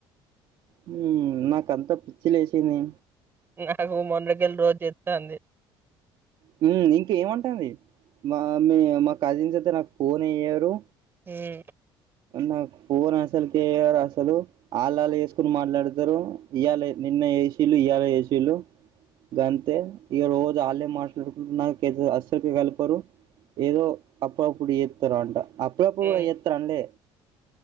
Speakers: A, on the right (about 55°); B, on the right (about 20°).
A: హ్మ్ నాకంతా పిచ్చి లేసింది
B: నాకు మొన్నటికేల్ రోజు చేతే అంది
A: హ్మ్ ఇంకేమంటుంది మా మీ మా కజిన్స్ అయితే నాకు ఫోన్ చేయరు
B: హ్మ్
A: నాకు ఫోన్ అసలు కేయరు అసలు ఆళ్ళళు చేసుకుని మాట్లాడుత ఇద్దరు ఇయాల నిన్న ఏసీలు ఇయళ ఏసీలు గంతే ఇక రోజు వాళ్ళే మాట్లాడుకుంటు నాకు అస్సలుకి కలపరు ఏదో అప్పుడుప్పుడు చేతరు అంట అప్పుడప్పుడు
B: హ్మ్.
A: కూడా చెత్తరు అన్లే